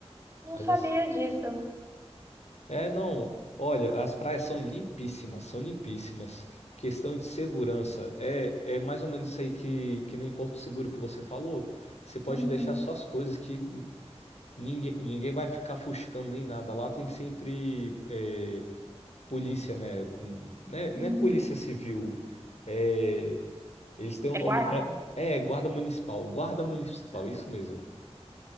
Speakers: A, on the right; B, on the left.
A: Não
B: Mas
A: sabia
B: assim,
A: disso.
B: é, não. Olha, as praias são limpíssimas, são limpíssimas. Questão de segurança. É, é mais ou menos isso aí que, que nem Porto Seguro que você falou. Você pode
A: Uhum,
B: deixar só as coisas que ninguém, ninguém vai ficar fuscando nem nada. Lá tem sempre é, polícia, né? Com, né? Não
A: uhum.
B: é polícia civil. É, eles têm um
A: É
B: nome
A: guarda?
B: para. É, guarda municipal. Guarda municipal,
A: Ah,
B: isso mesmo.